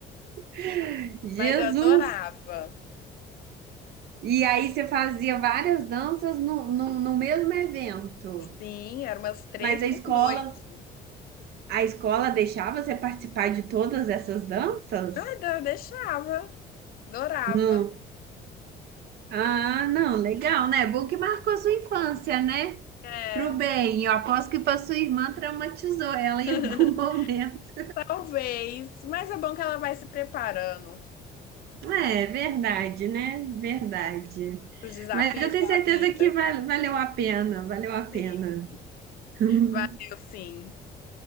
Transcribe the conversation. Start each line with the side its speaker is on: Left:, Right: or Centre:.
Right: <laughs> Jesus!
Left: Mas eu adorava.
Right: E aí você fazia várias danças no, no, no mesmo evento.
Left: Sim, eram umas três
Right: Mas a
Left: por
Right: escola,
Left: noite.
Right: a escola deixava você participar de todas essas danças?
Left: Não, eu deixava. Adorava.
Right: Não. Ah, não, legal, né? Bom que marcou sua infância, né?
Left: É,
Right: Pro bem, eu aposto que para sua irmã traumatizou ela em
Left: <laughs>
Right: algum <laughs> momento.
Left: talvez. Mas é bom que ela vai se preparando
Right: É, verdade, né? Verdade.
Left: para os desafios
Right: Mas eu tenho
Left: da
Right: certeza
Left: vida.
Right: que val- valeu a pena, valeu a pena.
Left: Sim,
Right: <laughs>
Left: valeu, sim.